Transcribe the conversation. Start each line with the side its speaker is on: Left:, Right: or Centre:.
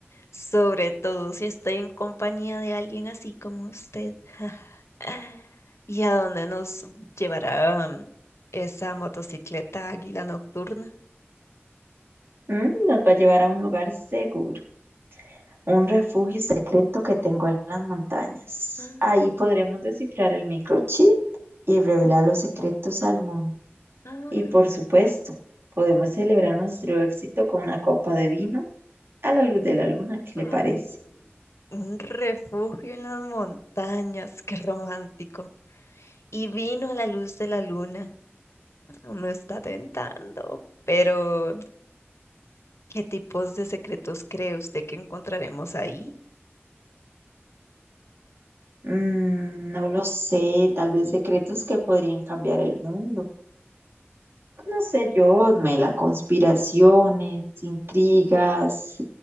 Left: sobre todo si estoy en compañía de alguien así como usted. <sighs> ¿Y a dónde nos llevará mm, esa motocicleta águila nocturna?
Right: Mm, Nos va a llevar a un lugar seguro, un refugio secreto que tengo en las montañas.
Left: <gasps>
Right: Ahí podremos descifrar el microchip y revelar los secretos al mundo.
Left: Ah,
Right: Y por
Left: ah,
Right: supuesto, podemos celebrar nuestro éxito con una copa de vino a la luz de la luna. ¿Qué le
Left: ah,
Right: parece?
Left: Un refugio en las montañas, qué romántico. Y vino a la luz de la luna. no Me está tentando, pero ¿qué tipos de secretos cree usted que encontraremos ahí?
Right: Mm, no lo sé, tal vez secretos que podrían cambiar el mundo. No sé yo, Mela, conspiraciones, intrigas,